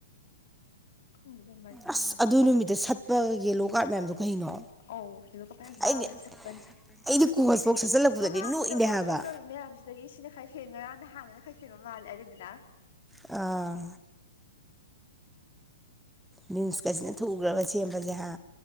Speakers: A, on the left; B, in the centre.
A: ꯐꯪꯕꯦꯝꯔꯦ
B: ꯑꯁ ꯑꯗꯨ ꯅꯨꯃꯤꯠꯇ ꯁꯠꯄ ꯌꯦꯂꯣ ꯀꯥꯔꯠ ꯃꯌꯥꯝꯗꯣ ꯀꯩꯅꯣ
A: ꯑꯧ ꯑꯗꯨꯒ ꯐꯖꯅ ꯆꯥꯕꯗ
B: ꯑꯩꯗꯤ
A: ꯁꯠꯄꯅꯦ
B: ꯑꯩꯗꯤ ꯀꯣꯆꯐꯧ
A: ꯏꯁ
B: ꯁꯠꯆꯜꯂꯛꯄꯗꯗꯤ
A: ꯃꯃꯥꯡꯁꯤꯗ
B: ꯅꯣꯛꯏꯅꯦ
A: ꯋꯥꯔꯜ
B: ꯍꯥꯏꯕ
A: ꯀꯞ ꯇꯧꯋꯤ ꯃꯌꯥꯝꯁꯤꯗ ꯑꯗꯒꯤ ꯁꯤꯅ ꯈꯔ ꯍꯦꯡꯉꯔꯥ ꯅꯍꯥꯟꯉꯅ ꯈꯔ ꯍꯦꯡꯕ ꯃꯥꯜꯂꯦ ꯑꯗꯨꯗꯨꯅ
B: ꯑꯥ ꯕꯤꯟꯁꯀꯁꯤꯅ ꯊꯨꯈ꯭ꯔꯕ ꯁꯦꯝꯕꯁꯦ ꯍꯥ